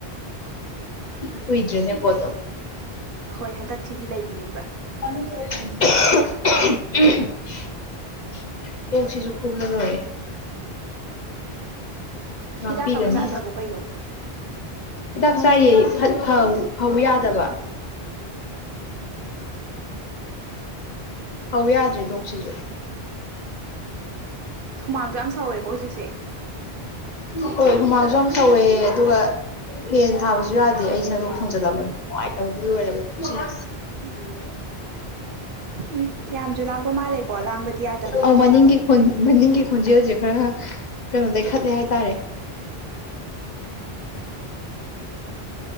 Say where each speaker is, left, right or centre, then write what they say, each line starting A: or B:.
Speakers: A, on the left; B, on the right.
A: ꯀꯨꯏꯗ꯭ꯔꯦꯅꯦ ꯀꯗꯞ
B: ꯍꯣꯏ ꯍꯟꯗꯛꯁꯤꯗꯤ ꯂꯩꯈꯤꯅꯦꯕ
A: <unintelligible> ꯅꯨꯡꯁꯤꯁꯨ ꯀꯨꯞꯖꯅꯔꯦ ꯃꯄꯤꯒꯅꯤ
B: ꯍꯤꯗꯥꯛꯀ ꯑꯃ ꯆꯥꯗ꯭ꯔꯕꯣ ꯀꯩꯅꯣ
A: ꯍꯤꯗꯥꯛ ꯆꯥꯏꯌꯦ ꯐꯧ ꯌꯥꯗꯕ ꯍꯧ ꯌꯥꯗ꯭ꯔꯦ ꯂꯣꯛꯁꯤꯁꯨ
B: ꯁꯨꯃꯥꯡꯁꯨ ꯌꯥꯝ ꯁꯧꯋꯦꯀꯣ ꯍꯧꯖꯤꯛꯁꯦ
A: ꯍꯣꯏ ꯍꯨꯃꯥꯡꯁꯨ ꯌꯥꯝ ꯁꯧꯋꯦ ꯑꯗꯨꯒ ꯍꯦꯟ ꯊꯥꯕꯁꯨ ꯌꯥꯗꯦ ꯑꯩ ꯁꯟꯗꯣꯛ ꯊꯣꯡꯖꯤꯜꯂꯝꯕꯅꯤ ꯅꯨꯡꯉꯥꯏꯇꯕꯗꯨ ꯂꯣꯏꯔꯕ ꯍꯗ
B: ꯎꯝ ꯎꯝ ꯌꯥꯝꯁꯨ ꯂꯥꯡꯕ ꯃꯥꯜꯂꯦꯀꯣ ꯂꯥꯡꯕꯗꯤ ꯌꯥꯗꯕꯅꯤꯀꯣ
A: ꯑ ꯃꯅꯤꯡꯒꯤꯣꯟ ꯃꯅꯤꯡꯒꯤ ꯈꯣꯟꯟꯖ ꯍꯧꯖꯤꯦ ꯈꯔ ꯀꯩꯅꯣꯗꯒꯤꯈꯠꯂꯦ ꯍꯥꯏꯇꯥꯔꯦ